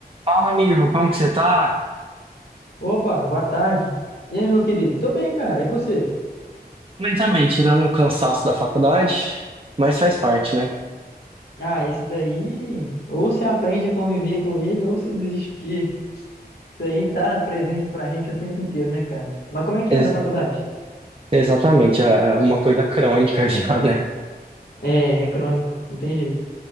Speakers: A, on the right; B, on the left.
A: Fala, amigo, como que você tá?
B: Opa, boa tarde. E aí, meu querido? Tô bem, cara. E você?
A: Bem também, tirando o cansaço da faculdade, mas faz parte, né?
B: Ah, esse daí, ou se aprende a conviver com ele, ou se desiste, porque isso aí tá presente pra gente o tempo inteiro, né, cara? Mas como é que
A: Ex-
B: anda a faculdade?
A: exatamente, é é uma coisa crônica <laughs> já, né?
B: É, é crônico, não tem jeito.